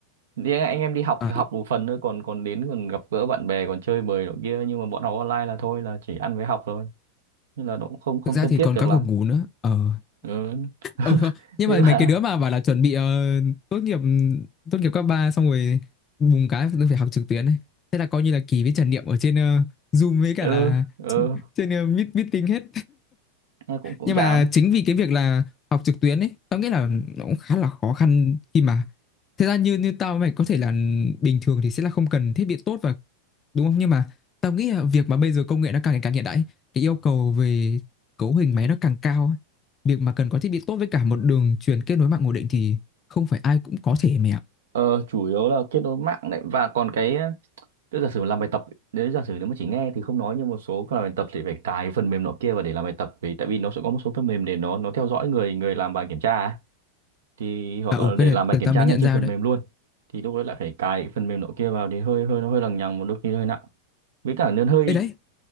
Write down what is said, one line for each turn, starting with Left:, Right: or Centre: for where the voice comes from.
Right: thì anh anh em đi học
Left: Ờ,
Right: là học một phần thôi còn còn đến còn gặp gỡ bạn bè còn chơi bời nọ kia nhưng mà bọn học online là thôi là chỉ ăn với học thôi nên là nó cũng không không
Left: thực ra
Right: thân
Left: thì
Right: thiết
Left: còn
Right: được
Left: các
Right: lắm
Left: cuộc ngủ nữa ờ
Right: ừ. <laughs>
Left: ừ không nhưng
Right: nên
Left: mà
Right: là
Left: mấy cái đứa mà bảo là chuẩn bị ờ, tốt nghiệp tốt nghiệp cấp 3 xong rồi bùng cái tôi phải học trực tuyến ấy thế là coi như là kỳ với trải nghiệm ở trên ờ, Zoom với cả
Right: ừ
Left: là
Right: ừ
Left: <laughs> trên ờ, meet, meeting hết
Right: nghe cũng cũng
Left: nhưng
Right: chán
Left: mà chính vì cái việc là học trực tuyến ấy tao nghĩ là nó cũng khá là khó khăn khi mà thực ra như như tao với mày có thể là bình thường thì sẽ là không cần thiết bị tốt và đúng không nhưng mà tao nghĩ là việc mà bây giờ công nghệ nó càng ngày càng hiện đại ấy, cái yêu cầu về cấu hình máy nó càng cao ấy. việc mà cần có thiết bị tốt với cả một đường truyền kết nối mạng ổn định thì không phải ai cũng có thể mẹ ạ
Right: Ờ, chủ yếu là kết nối mạng đấy và còn cái tức giả sử mà làm bài tập ấy, nếu giả sử nếu mà chỉ nghe thì không nói nhưng một số cái làm bài tập thì phải cài phần mềm nọ kia vào để làm bài tập vì tại vì nó sẽ có một số phần mềm để nó nó theo dõi người người làm bài kiểm tra ấy. thì hoặc
Left: à ừ
Right: là để
Left: cái này
Right: làm bài
Left: tao
Right: kiểm
Left: tao
Right: tra
Left: mới
Right: ngay
Left: nhận
Right: trên
Left: ra
Right: phần
Left: đấy
Right: mềm luôn thì lúc đấy lại phải cài cái phần mềm nọ kia vào thì hơi hơi nó hơi lằng nhằng một đôi khi hơi nặng với cả nó hơi
Left: Ê đấy